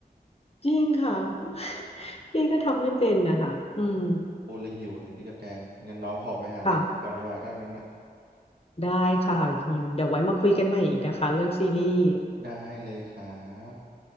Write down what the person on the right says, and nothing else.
พูดแล้วหิวเลยพี่กระแตงั้นน้องขอไปหาอะไรกินก่อนดีกว่าถ้างั้นน่ะ
ได้เลยครับ